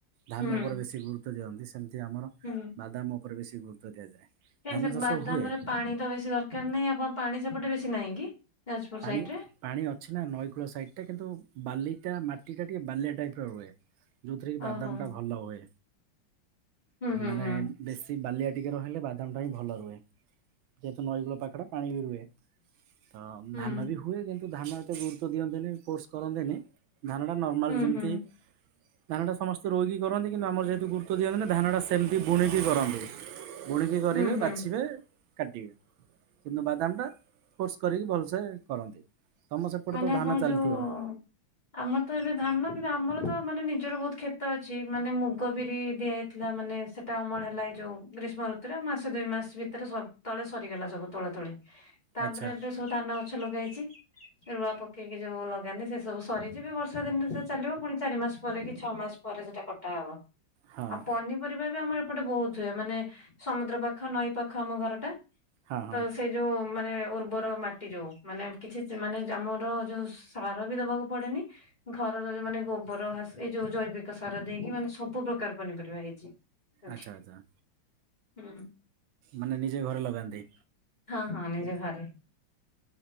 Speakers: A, on the right (about 80°); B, on the left (about 20°).
A: ଧାନ
B: ହୁଁ
A: ଉପରେ ବେଶୀ ଗୁରୁତ୍ୱ ଦିଅନ୍ତି। ସେମିତି ଆମର
B: ହୁଁ।
A: ବାଦାମ ଉପରେ ବେଶୀ ଗୁରୁତ୍ୱ ଦିଆଯାଏ।
B: ଏ
A: ଧାନ
B: ସେ
A: ଚାଷ
B: ବାଦାମରେ
A: ହୁଏ।
B: ପାଣି ତ ବେଶୀ ଦରକାର ନାହିଁ ଆପଣ ପାଣି ସେପଟେ ବେଶୀ ନାହିଁ କି ଯାଜପୁର
A: ପାଣି
B: ସାଇଡ ରେ?
A: ପାଣି ଅଛି ନା ନଈକୂଳ ସାଇଡ୍ ଟା କିନ୍ତୁ ବାଲିଟା ମାଟିଟା ଟିକିଏ ବାଲିଆ ଟାଇପ୍ ର ରୁହେ। ଯୋଉଥିରେ କି ବାଦାମଟା
B: ଓହୋ
A: ଭଲ ହୁଏ।
B: ହୁଁ ହୁଁ
A: ମାନେ
B: ହୁଁ
A: ବେଶୀ ବାଲିଆ ଟିକେ ରହିଲେ ବାଦାମ ଟା ହିଁ ଭଲ ରୁହେ। ଯେହେତୁ ନଈକୂଳ ପାଖଟା ପାଣି ବି ରୁହେ। ତ
B: ହୁଁ
A: ଧାନ ବି ହୁଏ କିନ୍ତୁ ଧାନ ଏତେ ଗୁରୁତ୍ବ ଦିଅନ୍ତିନି, ପୋର୍ସ କରନ୍ତିନି। ଧାନଟା ନର୍ମାଲ
B: ହୁଁ
A: ଯେମିତି
B: ହୁଁ।
A: ଧାନଟା ସମସ୍ତେ ରୋଇକି କରନ୍ତି। କିନ୍ତୁ ଆମର ଯେହେତୁ ଗୁରୁତ୍ଵ ଦିଅନ୍ତି ନି, ଧାନଟା ସେମିତି ବୁଣିକି କରନ୍ତି। ବୁଣିକି କରିବେ,
B: ହୁଁ ହୁଁ
A: ବାଛିବେ। କାଟିବେ, କିନ୍ତୁ ବାଦାମ ଟା କୋର୍ସ କରିକି ଭଲସେ କରନ୍ତି। ତୋମ ସେପଟେ
B: ମାନେ
A: ତ
B: ଆପଣ
A: ଧାନ ଚାଲିଥିବ?
B: ଯୋଉ ଆମର ତ ଏବେ ଧାନ କିନ୍ତୁ ଆମର ତ ମାନେ ନିଜର ବହୁତ ଖେତ ମାନେ ମୁଗ ବିରି ଦିଆ ଥିଲା ମାନେ ସେଟା ଅମଳ ହେଲା ଏଇ ଯୋଉ ଗ୍ରୀଷ୍ମ ଋତୁରେ ମାସେ ଦୁଇ ମାସ ଭିତରେ ସ- ତଳେ ସରିଗଲା ସବୁ ତୋଳା ତୋଳି। ତାପରେ
A: ଆଚ୍ଛା
B: ଏବେ ସବୁ ଧାନ ଗଛ ଲଗା ହେଇଛି। ରୁଆ ପକେଇକି ଯୋଉ ଲଗାନ୍ତି ସେ ସବୁ ସରିଚି ବି ବର୍ଷା ଦିନରେ ସେ ଚାଲିବ ପୁଣି ଚାରି ମାସ। ପରେ କି ଛଅ ମାସ ପରେ ସେଟା କଟା ହବ।
A: ହଁ
B: ଆଉ ପନି ପରିବା ବି ଆମର ଏପଟେ ବହୁତ ହୁଏ। ମାନେ ସମୁଦ୍ର ପାଖ ନଈ ପାଖ ଆମ ଘରଟା।
A: ହଁ ହଁ।
B: ତ ସେଇ ଯୋଉ ମାନେ ଉର୍ବର ମାଟି ଯୋଉ ମାନେ କିଛି ମାନେ ଯେ ଆମର ଯୋଉ ସାର ବି ଦବାକୁ ପଡେନି। ଘରରର ମାନେ ଗୋବର ଘାସ ଏଇ ଯୋଉ ଜୈବିକ ସାର ଦେଇକି ମାନେ ସବୁ ପ୍ରକାର ପନିପରିବା ହେଇଛି। ଏଠି।
A: ଆଚ୍ଛା, ଆଚ୍ଛା
B: ହୁଁ।
A: ମାନେ ନିଜେ ଘରେ ଲଗାନ୍ତି?
B: ହଁ ହଁ ନିଜ ଘରେ।